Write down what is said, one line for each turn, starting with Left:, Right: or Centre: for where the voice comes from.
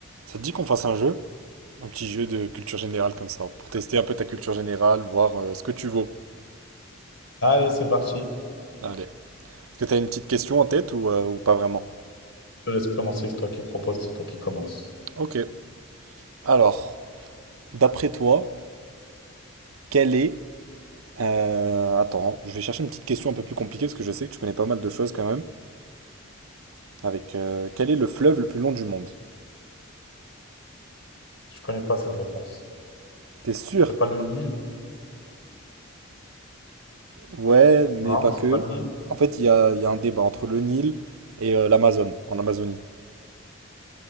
Right: Ça te dit qu'on fasse un jeu? Un petit jeu de culture générale comme ça, pour tester un peu ta culture générale, voir euh, ce que tu vaux.
Left: Allez, c'est parti. Je
Right: Allez. Est-ce que tu as une petite question en tête ou, euh, ou pas vraiment?
Left: te laisse commencer. C'est toi qui propose, c'est toi qui commence.
Right: Ok. Alors, d'après toi, quelle est... euh, attends, hein, je vais chercher une petite question un peu plus compliquée, parce que je sais que tu connais pas mal de choses quand même. Avec euh, quel est le fleuve le plus long du monde?
Left: Je connais pas cette réponse.
Right: T'es sûr?
Left: C'est pas le Nil?
Right: Ouais, mais
Left: Non,
Right: pas
Left: c'est
Right: que.
Left: pas le Nil.
Right: En fait, il y a, il y a un débat entre le Nil et euh, l'Amazone, en Amazonie.